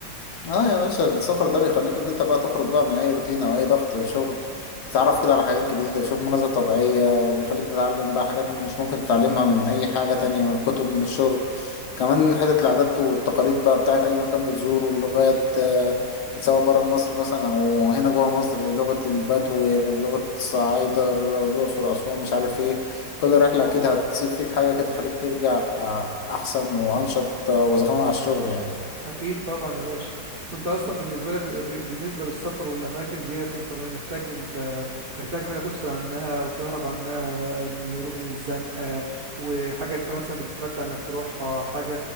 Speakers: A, on the left (about 65°); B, on the right (about 40°).
A: اه يا باشا السفر ده بيخليك ان انت بقى تخرج بقى من اي روتين او اي ضغط شغل تتعرف كده على حاجات جديدة تشوف مناظر طبيعية بيخليك تتعلم بقى حاجات مش ممكن تتعلمها من اي حاجة تانية من الكتب من الشغل كمان حتة العادات والتقاليد بقى بتاعت اي مكان بتزوره اللغات آه، سواء برا مصر مثلا او هنا جوا مصر لغة البدو غير لغة الصعايدة غير الاقصر اسوان مش عارف ايه كل رحلة اكيد هتسيب فيك حاجة كده تخليك ترجع احسن وانشط آه، وزخمان على الشغل يعني
B: اكيد طبعا يا باشا وانت اصلا بالنسبة لك ب... بالنسبة للسفر والاماكن ديت انت محتاج انت محتاج حاجة تفصل عنها او تهرب عنها من الهروب من الزنقة وحاجة انت مثلا بتتمتع انك تروحها حاجة